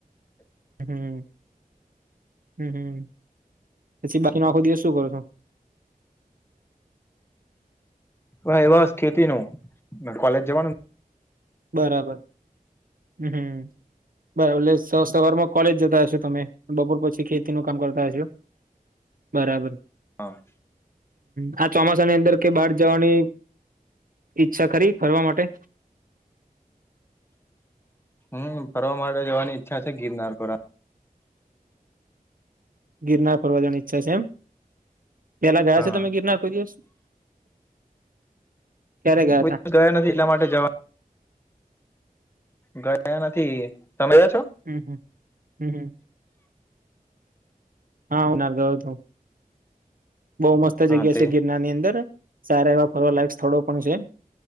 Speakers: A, on the right; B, on the left.
A: હમ હમમ પછી બાકીનો આખો દિવસ શું કરો છો.
B: હ એ બસ ખેતી ન કોલેજ જવાનુ
A: બરાબર હમ બરા એટલે સવારમાં કોલેજ જતા હશો તમે બપોર પછી ખેતી નું કામ કરતા હશો. બરાબર
B: હા.
A: હ આ ચોમાસા ની અંદર કે બહાર જવાની. ઈચ્છા કરીરી ફરવા માટે
B: હમ ફરવા માટે જવાની ઈચ્છા છે, ગિરનાર ખોરા
A: ગિરનાર ફરવા જવાની ઈચ્છા છે, એમ પેલા ગયા
B: હા
A: છેો તમે ગિરનાર કોઈ દિવસ ક્યારે
B: બ
A: તા
B: ગયા નથી એટલા માટે જવા ગયા નથી તમેયા છો.
A: હમ હમ હમ હમ હા ઉનારગયો હતુ, બહુ મસ્ત જગ્યા
B: હા તે
A: છે. ગિરનાર ની અંદર સારા એવા ફરવા લાયક સ્થળો પણ છે,